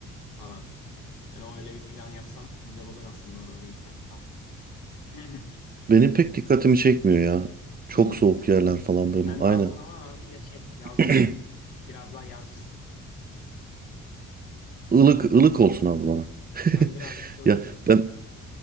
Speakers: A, on the left; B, on the right.
A: falan. Yani o öyle bir plan yapsam güzel olur aslında oralara gitmek. Tamam. <laughs> <clears throat>
B: Benim pek dikkatimi çekmiyor ya. Çok
A: Hmm.
B: soğuk yerler falan böyle.
A: Sen
B: Aynen.
A: daha o zaman abi ya- şey yazcısın.
B: <clears throat>
A: Biraz daha yazcısın.
B: Ilık ılık olsun abi bana.
A: Sen
B: <laughs>
A: biraz ılık.
B: Ya ben